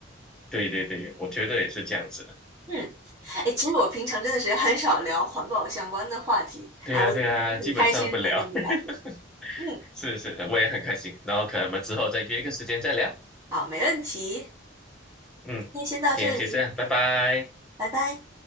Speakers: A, in the centre; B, on the right (about 15°).
A: 对对对，我觉得也是这样子。
B: 嗯，哎，其实我平常真的是很少聊环保相关的话题，
A: 对啊对啊，
B: 然后今天很开心能跟你聊聊。
A: 基本上不聊，<laughs>
B: 嗯，
A: 是是，我也很开心。然后可能我们之后再约一个时间再聊。
B: 好，没问题，今
A: 嗯，
B: 天先到这里，
A: 今天就这样，拜拜。
B: 拜拜。